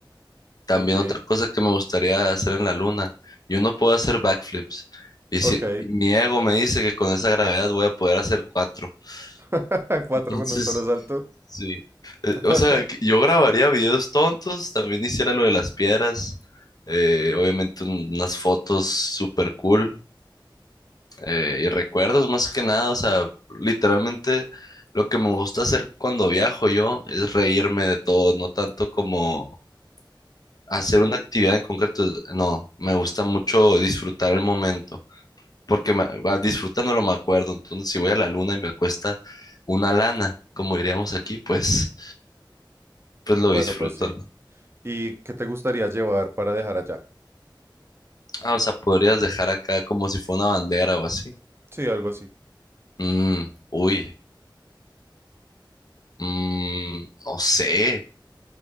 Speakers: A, on the left; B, on the right.
A: También
B: Ok,
A: otra cosa que me gustaría hacer en la luna. Yo no puedo hacer backflips. Y
B: ok.
A: si y mi ego me dice que con esa gravedad voy a poder hacer cuatro.
B: <laughs>
A: <laughs>
B: Cuatro
A: Entonces.
B: con un solo salto.
A: Sí. Eh,
B: <laughs>
A: O sea, que yo grabaría videos tontos, también hiciera lo de las piedras, eh, obviamente un- unas fotos super cool eh, y recuerdos más que nada, o sea, literalmente lo que me gusta hacer cuando viajo yo es reírme de todo, no tanto como hacer una actividad en concreto, no, me gusta mucho disfrutar el momento, porque me, va, disfrutándolo me acuerdo, entonces si voy a la luna y me cuesta una lana, como diríamos aquí, pues, pues lo
B: Bueno,
A: disfruto.
B: pues sí. ¿Y qué te gustaría llevar para dejar allá?
A: Ah, o sea, podrías dejar acá como si fuera una bandera o así.
B: Sí, algo así.
A: Mm, uy, mm, no sé.